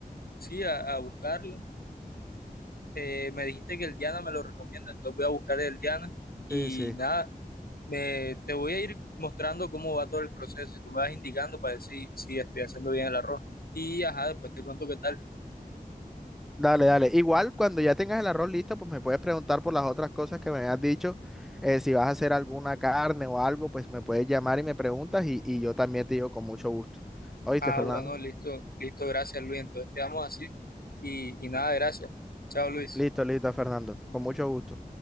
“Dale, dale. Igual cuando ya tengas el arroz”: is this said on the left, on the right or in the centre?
Centre